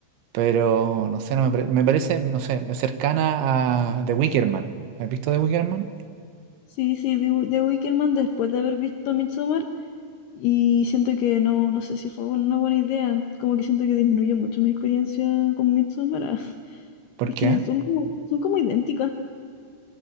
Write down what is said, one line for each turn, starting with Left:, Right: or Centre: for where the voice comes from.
Right: pero no sé, no me, pare- me parece, no sé, cercana a The Wicker Man. ¿Has visto The Wicker Man?
Left: Sí, sí, vi Wi- The Wickerman después de haber visto Midsommar y siento que no, no sé si fue una buena idea, como que siento que disminuyó mucho mi experiencia con Midsommar. a- <laughs>
Right: ¿Por
Left: Es
Right: qué?
Left: que son como, son como idénticas.